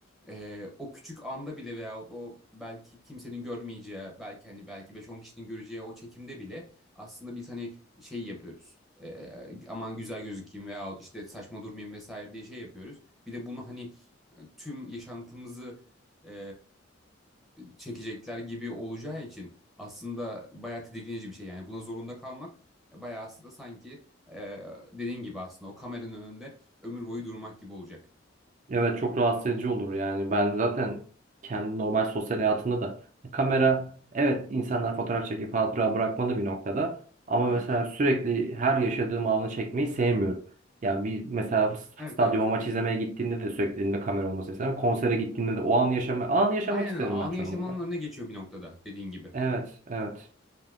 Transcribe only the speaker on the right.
Evet çok rahatsız edici olur yani. Ben zaten kendi normal sosyal hayatımda da kamera evet insanlar fotoğraf çekip hatıra bırakmalı bir noktada ama
mesela
sürekli her yaşadığım anı çekmeyi sevmiyorum. Ya bir mesela s-
stadyuma
maç izlemeye gittiğinde de sürekli elimde kamera olmasını isterim. Konsere gittiğimde de o anı yaşama anı yaşamak
isterim
ben çoğunlukla.
Evet, evet.